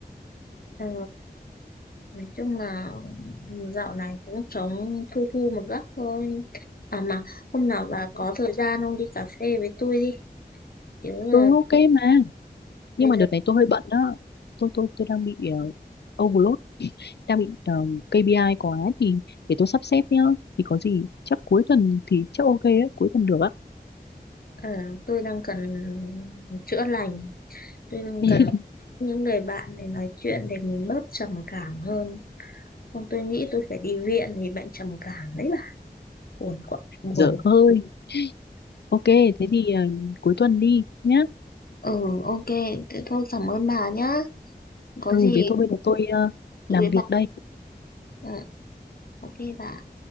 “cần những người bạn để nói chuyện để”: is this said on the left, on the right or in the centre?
Left